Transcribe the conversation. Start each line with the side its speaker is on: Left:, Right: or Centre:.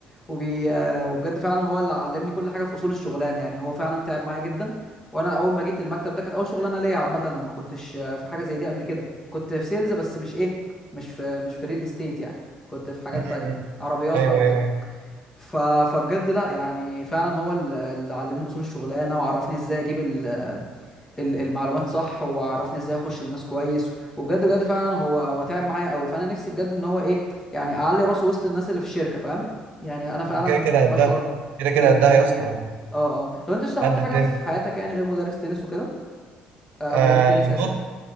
Left: وبي آه، وبجد فعلا هو اللي علمني كل حاجه في اصول الشغلانه يعني هو فعلا تعب معايا جدا وانا اول ما جيت المكتب ده كانت اول شغلانه ليا عامه انا ما كنتش آه، في حاجه زي دي قبل كده كنت في سيلز بس مش ايه مش في مش في ريل استيت يعني كنت في حاجات
Right: أمم.
Left: تانية عربيات
Right: ايوه
Left: بقى وكده
Right: ايوه ايوه
Left: ف... فبجد لا يعني فعلا هو ال- اللي علمني اصول الشغلانه وعرفني ازاي اجيب ال... ال- المعلومات صح وعرفني ازاي اخش للناس كويس وبجد بجد فعلا هو هو تعب معايا قوي فانا نفسي بجد ان هو ايه يعني اعلي راسه وسط الناس اللي في الشركه فاهم يعني انا فعلا
Right: كده كده
Left: بشعر
Right: قدها كده كده
Left: بالامتنان
Right: قدها يا اسطى
Left: يعني اه اه طب انت اشتغلت
Right: قد
Left: حاجه
Right: الدنيا
Left: في حياتك يعني غير مدرس تنس وكده آه
Right: آه
Left: مدرب تنس اسف
Right: بص